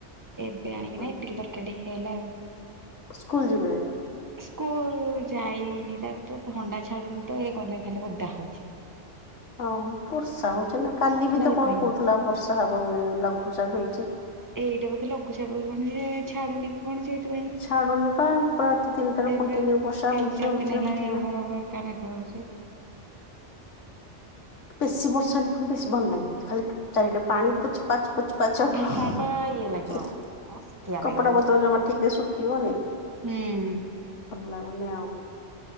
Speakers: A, on the right; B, on the left.
A: ଏବେ ଆଣିକିନା
B: ହୁଁ
A: ଇଟିଲି ତରକାରୀ ଟିକେ ଖାଇଲା ଆଉ।
B: ସ୍କୁଲ ଯିବେ ଏବେ।
A: ସ୍କୁଲ ଲ ଲ ଯାଇନି ତାକୁ ତ ଥଣ୍ଡା ଛାଡୁନି ତ ଏ ଗଲେ ଖାଲି ଓଦା ହଉ ଚି।
B: ହଁ ବର୍ଷା ହଉଚି ନା କାଲି ବି ତ
A: ସେଥିପାଇଁ।
B: କଣ କହୁଥିଲା ବର୍ଷା ହେବ ବୋଲି ଲଘୁଚାପ ହେଇଚି ତ।
A: ଏଇଟା ବୋଧେ ଲଘୁଚାପ କି କଣ ଯେ ଏ ଏ ଛାଡୁନି କି କଣ ସେଇଥିପାଇଁ।
B: ଛାଡୁନି ପା। ପୁରା ରାତି ତିନିଟାରୁ
A: ସେଇଥିପାଇଁ
B: କଣ୍ଟିନ୍ୟୁ ବର୍ଷା
A: ତିନ
B: ହଉଛି
A: ଚାର
B: ହଉଛି
A: ଦିନ ହେଲାଣି
B: ହଉଛି ଯେ
A: ଅହରହ ଏକା ମେଘ ହଉଚି।
B: ବେଶୀ ବର୍ଷା ହେଲେ ଫୁଣି ବେଶୀ ଭଲ ଲାଗେନି ଖାଲି ଚାରିଆଡେ ପାଣି ପୁଚ୍ ପାଚ୍ ପୁଚ୍ ପାଚ୍ ହବ
A: ହଁ
B: ହିଁ
A: ପା ଇଏ ଲାଗିବ
B: ହିଁ
A: ଅସ୍କିଆ ଲାଗିବ
B: କପଡା
A: ବସିକି।
B: ପତ୍ର ଯମା ଠିକରେ ଶୁକିବନି।
A: ହୁଁ।
B: ଭଲ ଲାଗୁନି ଆଉଁ।